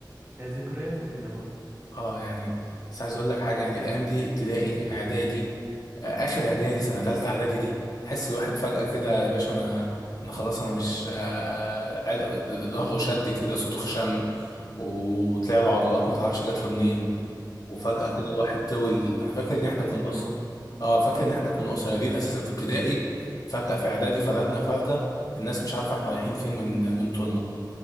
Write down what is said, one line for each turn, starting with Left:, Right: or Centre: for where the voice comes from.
Right: هي ذكريات وكده برضه
Left: اه يعني بس عايز اقول لك حاجه يعني الايام دي ابتدائي اعدادي آه، اخر اعدادي سنه ثالثه اعدادي دي تحس الواحد فجاه كده يا باشا انا انا خلاص انا مش آه، عل- ظهره شد كده صوته خشن وطلع له عضلات ما تعرفش جات له منين وفجاه
Right: اه
Left: كده الواحد طول انا فاكر ان احنا
Right: تستيرون
Left: كنا اصلا اه فاكر ان احنا كنا قصيرين اساسا في ابتدائي فجاه في اعدادي فردنا فرده الناس مش عارفه احنا رايحين فين من من طولنا